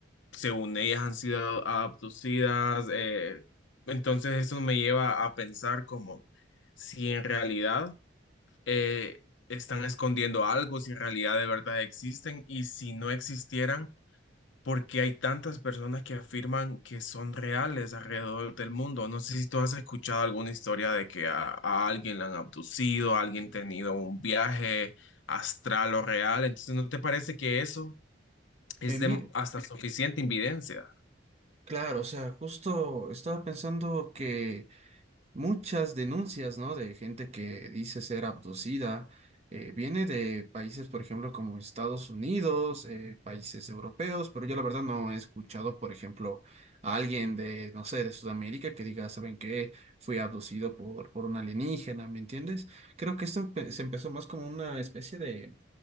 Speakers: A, on the left; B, on the right.
A: según ellas han sido abducidas. eh, entonces eso me lleva a pensar como si en realidad eh, están escondiendo algo, si en realidad de verdad existen y si no existieran porque hay tantas personas que afirman que son reales alrededor del mundo. No sé si tú has escuchado alguna historia de que a, a alguien la han abducido, a alguien tenido un viaje astral o real. Entonces, ¿no te parece que eso es
B: Eh, mire,
A: de hasta suficiente evidencia?
B: claro, o sea, justo estaba pensando que muchas denuncias, ¿no? De gente que dice ser abducida. eh, viene de países, por ejemplo, como Estados Unidos, eh, países europeos, pero yo la verdad no he escuchado, por ejemplo, a alguien de, no sé, de Sudamérica que diga, ¿saben qué? Fui abducido por, por un alienígena, ¿me entiendes? Creo que esto empe- se empezó más como una especie de